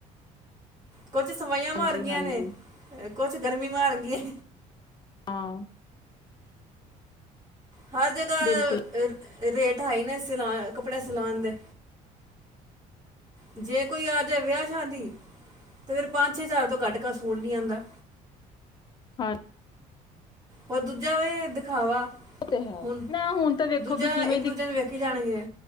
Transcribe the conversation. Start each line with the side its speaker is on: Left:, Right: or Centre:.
Right: ਕੁਛ ਸਵਾਈਆਂ
Left: ਹਾਂਜੀ,
Right: ਮਾਰ ਗੀਆਂ
Left: ਹਾਂਜੀ
Right: ਨੇ, ਕੁਛ ਗਰਮੀ ਮਾਰ ਗੀ।
Left: ਹਾਂ।
Right: ਹਰ ਜਗ੍ਹਾ
Left: ਬਿਲਕੁਲ
Right: ਰੇਟ ਹਾਈ ਨਿ ਸਿਲਾ। ਕੱਪੜੇ ਸਿਲਾਣ ਦੇ, ਜੇ ਕੋਈ ਆ ਜੈ ਵਿਆਹ ਸ਼ਾਦੀ ਤੇ ਫੇਰ ਪੰਜ ਛ ਹਜ਼ਾਰ ਤੋਂ ਘੱਟ ਕ ਸੂਟ ਨੀ ਆਂਦਾ।
Left: ਹਾਂ।
Right: ਹੋਰ ਦੂਜਾ ਵੇ ਦਿਖਾਵਾ।
Left: ਉਹ ਤੇ ਹੈ,
Right: ਹੁਣ
Left: ਨਾਂ ਹੁਣ ਤੇ ਵੇਖੋ
Right: ਦੂਜਾ
Left: ਬ ਜਿਵੇਂ
Right: ਇੱਕ ਦੂਜੇ
Left: ਦੀ।
Right: ਨੂੰ ਵੇਖੀ ਜਾਣਗੇ